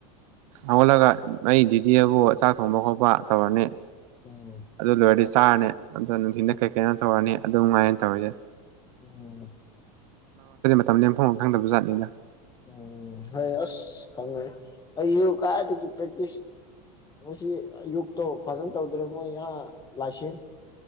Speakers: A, on the right; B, on the left.
A: ꯍꯧꯒꯠꯂꯒ ꯑꯩ ꯗ꯭ꯌꯨꯇꯤ ꯑꯕꯨ ꯆꯥꯛ ꯊꯣꯡꯕ ꯈꯣꯠꯄ ꯇꯧꯔꯅꯤ
B: ꯎꯝ
A: ꯑꯗꯨ ꯂꯣꯏꯔꯗꯤ ꯆꯥꯔꯅꯤ ꯑꯗꯨ ꯅꯨꯡꯊꯤꯟ
B: ꯎꯝ
A: ꯀꯩ ꯀꯩꯅꯣ ꯇꯧꯔꯅꯤ ꯑꯗꯨ ꯃꯉꯥꯏꯔꯦꯅꯦ ꯇꯧꯔꯤꯖꯦ
B: ꯎꯝ
A: <unintelligible> ꯃꯇꯝ ꯂꯦꯟꯐꯝ ꯑꯃ ꯈꯪꯗꯕ ꯖꯥꯠꯅꯤꯅꯗ
B: ꯎꯝ ꯍꯣꯏ ꯑꯁ ꯈꯪꯉꯦ ꯑꯩ ꯖꯨ ꯀꯥꯏꯗꯒꯤ ꯄ꯭ꯔꯦꯛꯇꯤꯁ ꯉꯁꯤ ꯑꯌꯨꯛꯇꯣ ꯐꯖꯅ ꯇꯧꯗ꯭ꯔꯦ ꯃꯣꯏ ꯂꯥꯏꯁꯦꯟ